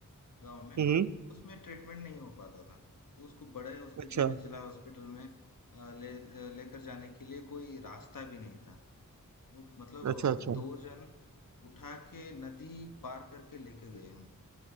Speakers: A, on the left; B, on the right.
A: गांव में
B: हम्म
A: उसमें ट्रीटमेंट नहीं हो पाता था तो उसको बड़े हॉस्पिटल
B: अच्छा
A: में जिला हॉस्पिटल में अ, ले अ, लेकर जाने के लिए कोई रास्ता भी नहीं था वो मतलब
B: अच्छा अच्छा
A: दो जन उठा के नदी पार करके लेके गए हम